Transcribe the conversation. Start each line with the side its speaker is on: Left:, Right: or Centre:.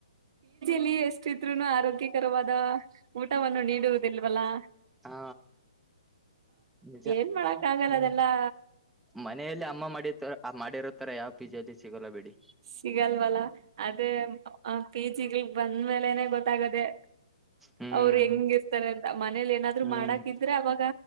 Right: ಲ್ಲಿ ಎಷ್ಟಿದ್ರುನು ಆರೋಗ್ಯಕರವಾದ ಊಟವನ್ನು ನೀಡುವುದಿಲ್ವಲ್ಲಾ
Centre: ಹಾ ನಿಜ
Right: ಏನ್ ಮಾಡಕ್ ಆಗಲ್ಲ
Centre: ಹ್ಮ
Right: ಅದೆಲ್ಲಾ
Centre: ಮನೆಯಲ್ಲಿ ಅಮ್ಮ ಮಾಡಿತ ಮಾಡಿರ ತತ್ತರ ಯಾವ ಪಿಜಿ ಅಲ್ಲಿ ಸಿಗೋಲ್ಲ ಬಿೇಡಿ
Right: ಸಿಗಲ್ವಲ್ಲ ಅದೇ ಪಿ ಜಿಗಳ ಬಂದ್ಮೇಲೆನೆ ಗೊತ್ತಾಗದೆ
Centre: ಹ್ಮ್
Right: <inaudible> ಅವರು ಹೆಂಗ ಇರ್ತಾರೆ ಅಂತ ಮನೇಲಿ ಏನಾದ್ರು
Centre: ಹ್ಮ್
Right: ಮಾಡಾಕಿದ್ರೆ ಅವಾಗ